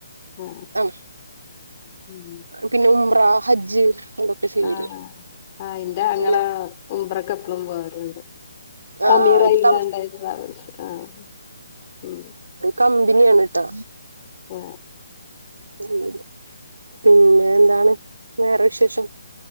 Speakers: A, on the left (about 30°); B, on the right (about 75°).
A: ആ
B: ആണ്
A: ഉം
B: പിന്നെ ഉംറ ഹജ്ജ് ചെയ്യല്
A: ആഹ് ആ ഇന്റെ ആങ്ങള
B: അങ്ങനെ
A: ഉംറക്ക് എപ്പളും പോവല്ണ്ട്
B: ആഹ്
A: അമീറായിങ്ങാണ്ട്
B: ആഹ് ഇത് കം
A: അത് ട്രാവൽസ് ആഹ് ഉം
B: കമ്പിനിയാണ് ട്ടോ
A: ആ
B: ഉം പിന്നെന്താണ് വേറെ വിശേഷം